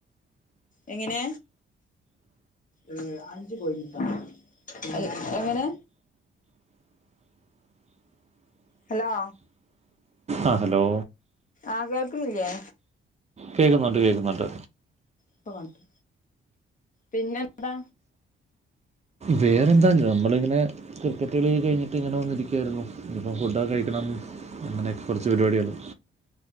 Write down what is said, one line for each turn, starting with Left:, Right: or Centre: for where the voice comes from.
Left: എങ്ങനെ? ഏഹ്‌ അഞ്ച്കോയിമുട്ട അല്ല എങ്ങനെ? ഹലോ
Right: ആ ഹലോ
Left: ആഹ്‌ കേൾക്ക്ണില്ല്യേ?
Right: കേക്കുന്നുണ്ട് കേക്കുന്നുണ്ട്.
Left: ഇപ്പകൺട്ട് പിനെന്താ.
Right: വേറെന്താ ഞ്ഞമ്മളിങ്ങനെ- ക്രിക്കറ്റ് കളിയൊക്കെ കഴിഞ്ഞിട്ട് ഇങ്ങനെ വന്നിരിക്കായിരുന്നു ഇനിപ്പം ഫുടൊക്കെ കഴിക്കണം. അങ്ങനെയൊക്കെ കൊറച്ച് പരിപാടികള്